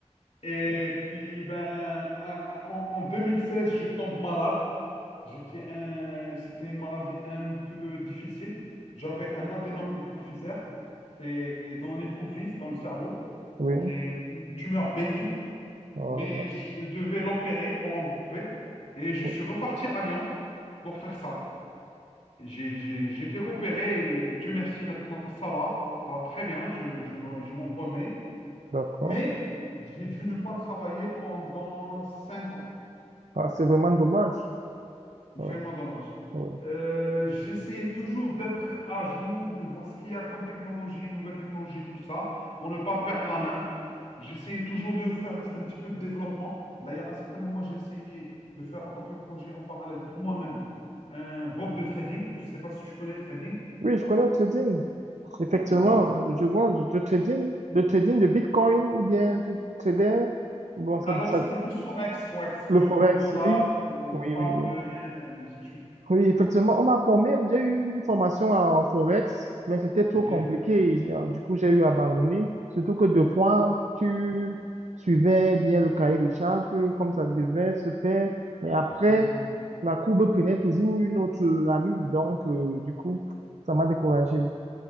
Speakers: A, on the left; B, on the right.
A: Et
B: Oui,
A: puis, ben, à- en, en 2016, je tombe malade. J'étais un... C'était une maladie un peu difficile. J'avais un adénome hypophysaire. C'est dans l'hypophyse, dans le cerveau.
B: oui,
A: C'est une tumeur bénigne.
B: voilà.
A: mais je devais l'opérer pour l'enlever et je
B: Oui,
A: suis reparti à Lyon pour faire ça. J'ai, j'ai- j'ai été opéré et Dieu merci, maintenant ça va, ça va très bien, je, je m'en je m'en remets.
B: d'accord.
A: Mais j'ai dû ne pas travailler pendant 5 ans.
B: Ah, c'est vraiment dommage.
A: Vraiment
B: Ah,
A: dommage.
B: oui.
A: Euh, j'essayais toujours d'être à jour, de voir ce qu'il y a comme technologie, nouvelles technologies, tout ça, pour ne pas perdre la main. J'essayais toujours de faire du- un petit peu de développement. D'ailleurs, à un certain moment, j'ai essayé de faire en tant que projet en parallèle pour moi-même un bot de trading. Je ne sais pas si tu connais le trading.
B: Oui, je connais le trading. Effectivement,
A: Donc voilà.
B: je vois du trading, du trading de Bitcoin ou bien du trader. Bon, ça,
A: Alors,
B: ça,
A: c'était plus Forex, Forex,
B: le
A: euro,
B: Forex,
A: dollar,
B: oui.
A: euh,
B: Oui,
A: pound,
B: oui, oui.
A: yen, ainsi de suite.
B: Oui, effectivement, on m'a formé. J'ai eu une formation en Forex, mais c'était trop
A: OK.
B: compliqué. J'ai- Du coup, j'ai eu abandonné. Surtout que deux fois, tu suivais bien le cahier de charges comme ça devait se faire. Mais après,
A: Mhm.
B: la courbe prenait toujours une autre allure. Donc, euh, du coup, ça m'a découragé.